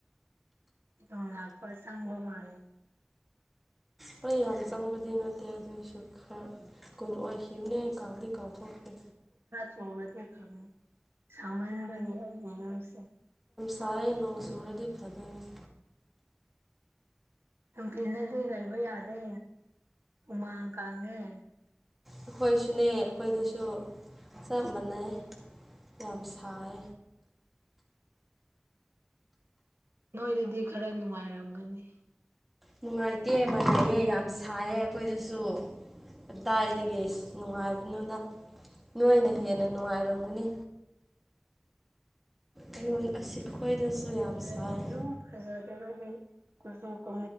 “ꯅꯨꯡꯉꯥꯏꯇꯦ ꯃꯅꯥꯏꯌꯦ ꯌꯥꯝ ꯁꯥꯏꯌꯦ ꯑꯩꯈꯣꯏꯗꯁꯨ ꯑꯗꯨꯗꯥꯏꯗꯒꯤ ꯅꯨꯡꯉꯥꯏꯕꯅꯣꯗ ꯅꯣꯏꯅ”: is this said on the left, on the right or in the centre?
Centre